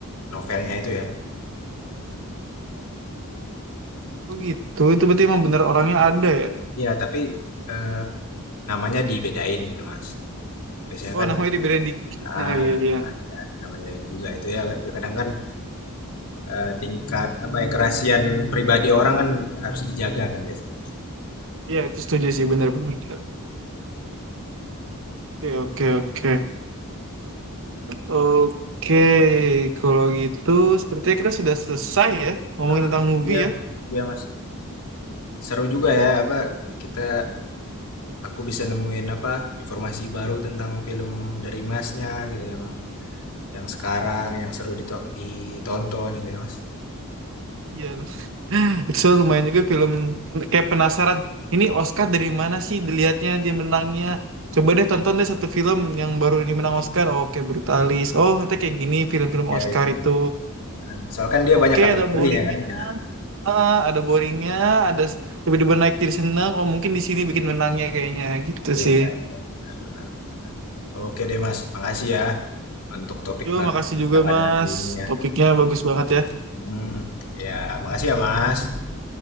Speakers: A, on the left (about 80°); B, on the right (about 60°).
A: novelnya itu ya.
B: oh gitu. Itu berarti emang bener orangnya ada ya?
A: Ya tapi eh, namanya dibedain gitu Mas. Biasanya
B: Oh,
A: kan
B: namanya diberain di...
A: Ah,
B: Ah, iya, iya.
A: ya namanya juga itu ya kadang kan, eee, tingkat apa ya, kerahasiaan pribadi orang kan harus dijaga kan biasanya gitu.
B: Iya, itu setuju sih, bener, bener. bener. Oke, oke, oke. Oke, kalau gitu sepertinya kita sudah selesai ya ngomongin
A: Mhm,
B: tentang movie
A: iya
B: ya.
A: iya, Mas. Seru juga ya apa, kita aku bisa nemuin apa, informasi baru tentang film dari Masnya gitu yang yang sekarang yang seru dito ditonton gitu ya, Mas.
B: Iya, So, lumayan juga film kayak penasaran. Ini Oscar dari mana sih dilihatnya dia menangnya? Coba deh tonton deh satu film yang baru ini menang Oscar. Oh, Oke, Brutalis. Oh, nanti kayak gini film-film
A: ya
B: Oscar
A: ya iya,
B: itu.
A: soalnya kan dia
B: Oke,
A: banyak kategorinya
B: ada boringnya,
A: kan, ya.
B: Ah, ada boringnya, ada s- tiba-tiba naik jadi senang. Oh, mungkin di sini bikin menangnya kayaknya gitu
A: Iya
B: sih.
A: iya, benar benar. Oke deh, Mas, makasih ya untuk topik
B: Yo,
A: bahasan
B: makasih
A: kita
B: juga
A: pada
B: Mas.
A: hari ini ya.
B: Topiknya bagus banget ya.
A: Hmm. Ya, makasih ya Mas.